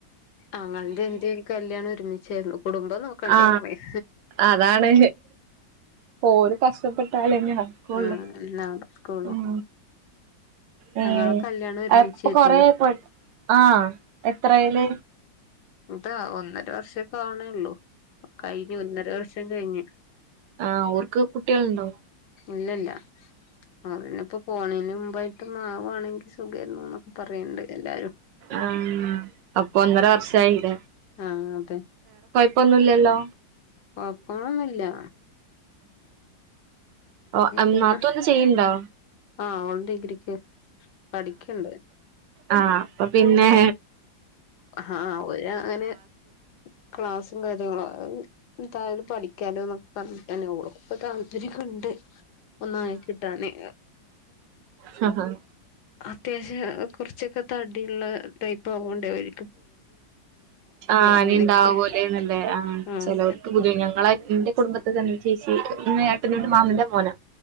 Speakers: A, on the left (about 65°); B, on the right (about 75°).
A: ആങ്ങളന്റെ എൻറെം കല്യാണം ഒരുമിച്ചായിരുന്നു. കുടുംബം നോക്കണ്ടേ
B: ആ
A: പറയാ
B: അതാണ് ഓര് കഷ്ടപ്പെട്ടാലന്ന നക്കൊള്ളൂ
A: ആഹ് എന്നാ സ്കൂളും
B: ഉം ഉം
A: ഞങ്ങളെ കല്യാണം ഒരുമിച്ചായിരുന്നു
B: അപ്പൊ കൊറേ പട് ആ എത്രയ്ല്?
A: ഇതാ ഒന്നര വർഷേ കാണെള്ളൂ. കഴിഞ്ഞ് ഒന്നര വർഷം കഴിഞ്ഞ്.
B: ആ ഓർക്ക് കുട്ട്യേളുണ്ടോ?
A: ഇല്ലല്ല അവന് പ്പൊ പോണേന് മുമ്പായിട്ടൊന്ന് ആവാണെങ്കി സു തെന്നൊക് പറയ്ണ്ട് എല്ലാരും
B: ആഹ് അപ്പൊ ഒന്നര വർഷ ആയില്ലേ
A: ആ അതെ
B: പ്പൊന്നില്ലല്ലോ?
A: കൊഴപ്പങ്ങന്നൂല്ല
B: ആ ഒ
A: പോണ്
B: നാത്തൂ ന്തേ ചെയ്യ്ണ്ടാ?
A: ആഹ് ഓള് ഡിഗ്രിക്ക് പഠിക്ണ്ട്.
B: ആ അപ്പ പിന്നേ
A: ആഹ് ഓരങ്ങനെ ക്ലാസും കാര്യങ്ങളും അഹ് തായാലു പഠി ക്കാലോന്നൊക്കെ പറഞ്ഞിട്ടെന്നെ ഓളുക്കുംപ്പൊ താല്പര്യൊക്കെണ്ട്, ഒന്നായി കിട്ടാന്
B: ഹ ഹ ഹ
A: അത്യാവശ്യം കുർച്ചൊക്കെ തടിയുള്ള ടൈപ്പ് ആവോണ്ടരി
B: ആ
A: അങ്ങനെയൊക്കെ
B: അനേണ്ടാവോലേന്നല്ലേ ആ
A: ആഹ്
B: ചെലോര്ക്ക് പുതിയെ ഞങ്ങളായി ന്റെ കുടുംബത്ത്ന്നനീച്ച് ഈ ന്ന് ഏട്ടനട് മാമന്റെ മോന